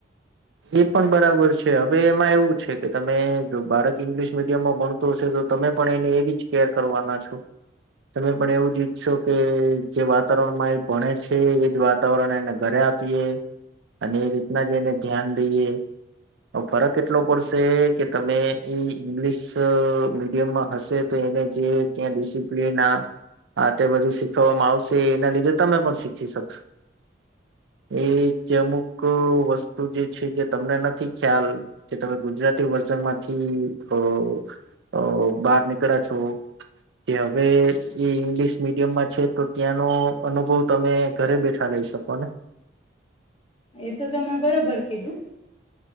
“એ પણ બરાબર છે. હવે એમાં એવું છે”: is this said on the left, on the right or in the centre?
Right